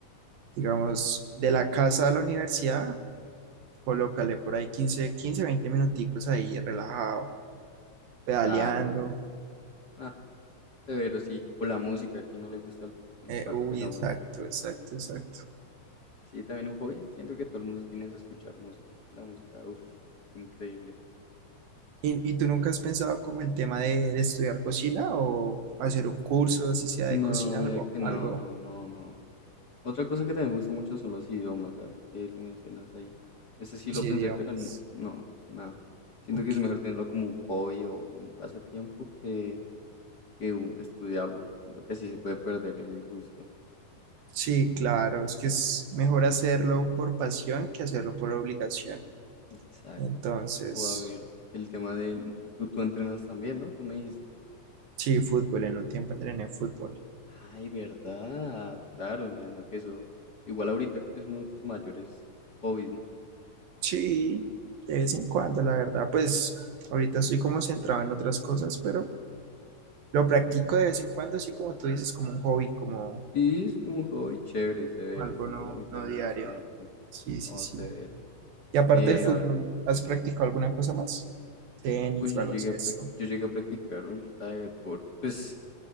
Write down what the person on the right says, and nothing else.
Digamos, de la casa a la universidad, colócale por ahí 15, 15, 20 minuticos ahí relajado, pedaleando.
Eh,
uy,
exacto,
exacto, exacto.
¿Y, y tú nunca has pensado como el tema de, de estudiar cocina o hacer un curso, si sea
de cocina,
algo,
algo,
sí,
digamos.
Ok.
Sí, claro, es que es mejor hacerlo por pasión que hacerlo por obligación.
Entonces,
sí, fútbol, en un tiempo entrené fútbol.
Sí, de vez en cuando, la verdad, pues ahorita estoy como centrado en otras cosas, pero lo practico de vez en cuando, así como tú dices, como un hobby, como
algo
no,
no diario.
Sí, sí,
sí.
Y aparte
del fútbol,
¿has practicado alguna cosa más? Tenis,
baloncesto.